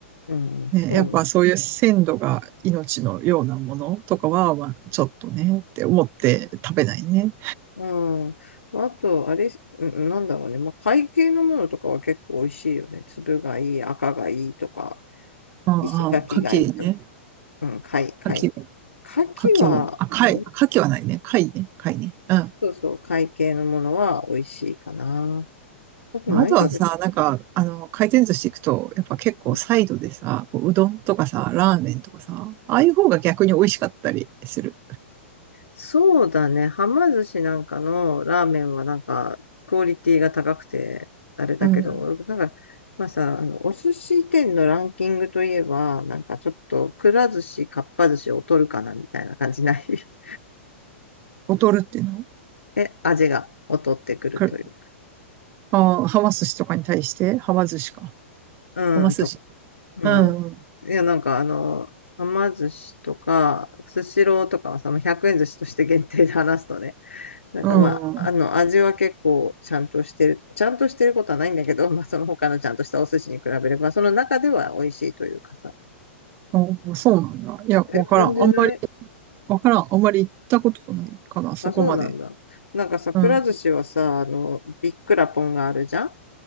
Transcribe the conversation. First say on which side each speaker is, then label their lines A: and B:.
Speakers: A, on the left; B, on the right.
A: うん、そう。
B: ね、やっぱそういう鮮度が命のようなものとかは、まあちょっとねって思って食べないね。
A: うん。あと、あれ、うんなんだろうね。まあ、貝系のものとかは結構美味しいよね。粒がいい、赤がいいとか、
B: ああ、
A: 石垣がいいとか。
B: ああ牡蠣ね。
A: うん、貝、貝。
B: 牡蠣も、
A: 牡蠣は、
B: 牡蠣も、あ、貝、
A: あ
B: 牡蠣はないね。貝ね。貝ね。うん。
A: そうそう、貝系のものは美味しいかな。あと何食べて、
B: まあ、あとはさ、なんか、あの、回転寿司行くと、やっぱ結構サイドでさ、
A: うん
B: こううどんとかさ、ラーメンとかさ、ああいう方が逆に美味しかったりする。
A: そうだね。はま寿司なんかのラーメンはなんか、クオリティが高くて、あれだけど、
B: うん。
A: なんか、まあさ、あの、お寿司店のランキングといえば、なんかちょっと、くら寿司、かっぱ寿司を取るかな、みたいな感じない <laughs>
B: 劣るっていうの
A: え、味が劣ってくるという。
B: かあー、はま寿司とかに対して、はま寿司か。
A: うん、
B: はま寿司。
A: と、うん。
B: うん。
A: いや、なんかあの、はま寿司とか、スシローとかはさ、もう100円寿司として限定で話すとねなんかまあ、
B: うん。
A: あの、味は結構ちゃんとしてる、ちゃんとしてることはないんだけど、<laughs> まあその他のちゃんとしたお寿司に比べれば、その中では美味しいというかさ。
B: あ、そうなんだ。いや、わからん。
A: え、感じない
B: あんまり、わからん。あんまり行ったことないかな、そこまで。
A: あ、そうなんだ。なんかさ、くら寿司はさ、
B: うん。
A: あの、ビッくらポンがあるじゃん